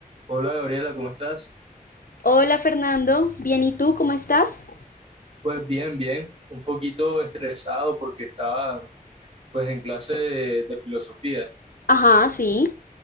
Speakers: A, on the right (about 40°); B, on the left (about 70°).
A: Hola Gabriela, ¿cómo estás?
B: Hola Fernando, bien, ¿y tú cómo estás?
A: Pues bien, bien, un poquito estresado porque estaba pues en clase de, de filosofía.
B: Ajá, sí.